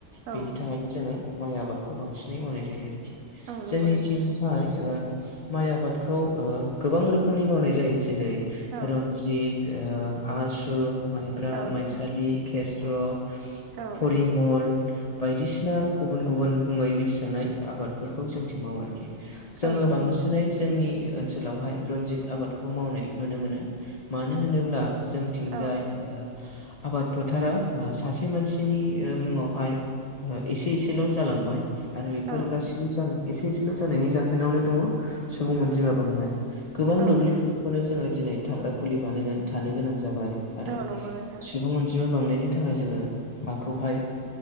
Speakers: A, on the right; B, on the left.
A: औ
B: बेनि थाखायनो जोङो माइ आबादखौ बांसिनै मावनाय जायो आरोखि।
A: औ नंगौ
B: जोंनिथिंहाय
A: नोंथां
B: ओ माइ आबादखौ ओ गोबां रोखोमनि मावनाय जायो। जेरै
A: औ
B: रन्जित, ओ आसु, माइब्रा,
A: औ
B: माइसालि, खेस्र',
A: औ
B: फरिमल, बायदिसिना गुबुन गुबुन मुङै मिथिजानाय आबादफोरखौ जोंथिं मावो आरोखि। जोङो
A: औ नंगौ
B: बांसिनै
A: नोंथां
B: जोंनि ओनसोलावहाय रनजित आबादखौ मावनाय नुनो मोनो। मानो होनोब्ला जोंथिंजाय
A: औ
B: ओ आबाद फोथारा ओ सासे मानसिनि मुङावहाय एसे एसेल' जालांबाय। आरो बेफोर
A: औ
B: गाससिबो जा एसे एसेल' जानायनि जाहोनावनो दङ सुबुं अनजिमा बांनाय। गोबां
A: औ
B: दुब्लिफोरखौनो जोङो दिनै थाग्रा खुलि बानायनानै थानो गोनां जाबाय। आरो
A: औ नंगौ नोंथां
B: सुबुं अनजिमा बांनायनि बे थाखाय जोङो हाखौहाय